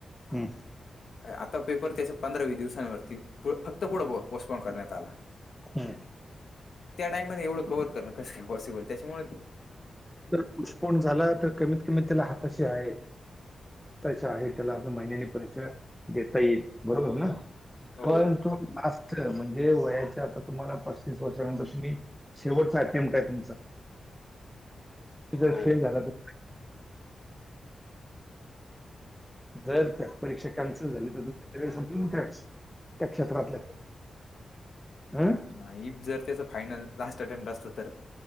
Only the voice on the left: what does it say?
आता पेपर त्याचा पंधरा वीस दिवसांवरती फक्त पुढं पोस्टपोन करण्यात आला.
त्या टाइम मध्ये एवढं कवर करणं कसं काय पॉसिबल आहे, त्यांच्यामुळे
हो
हो.
नाहि, जर त्याच फायनल लास्ट अटेम्प्ट असलं तर,